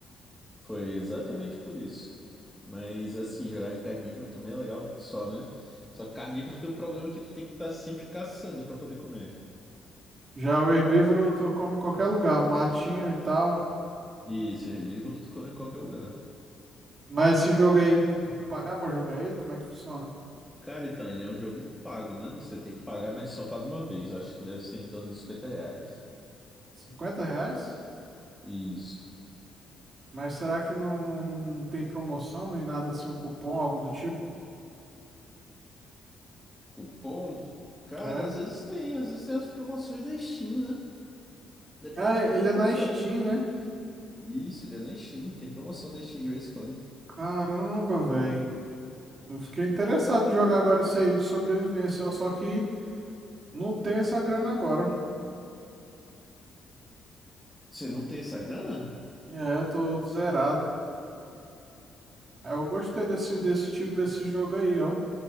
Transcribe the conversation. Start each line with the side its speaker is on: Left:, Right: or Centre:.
Centre: Foi exatamente por isso. Mas assim, jogar de carnívoro também é legal só, né? Só que carnívoro tem o problema que tu tem que estar sempre caçando pra poder comer.
Right: Já o herbívoro, tu come em qualquer lugar, matinho e tal.
Centre: E esse herbívoro tu come em qualquer lugar.
Right: Mas esse jogo aí, tem, tem que pagar pra jogar ele? Como é que funciona?
Centre: Cara, então, ele é um jogo pago, né? Você tem que pagar, mas só paga uma vez. Eu acho que deve ser em torno de cinquenta reais.
Right: cinquenta reais?
Centre: Isso.
Right: Mas será que não, não, não tem promoção nem nada assim, um cupom, algo do tipo?
Centre: Cupom? Cara,
Right: É.
Centre: às vezes tem, às vezes tem as promoções da Steam, né? Depende
Right: Ah,
Centre: muito
Right: ele
Centre: da
Right: é
Centre: tua
Right: na
Centre: sorte.
Right: Steam, né?
Centre: Isso, ele é na Steam. Tem promoção na Steam de vez em quando.
Right: Caramba, velho. Eu fiquei interessado em jogar agora isso aí de sobrevivência, ó, só que não tem essa grana agora.
Centre: Você não tem essa grana?
Right: É, eu tô zerado. Aí Eu gostei desse, desse estilo desse jogo aí, ó.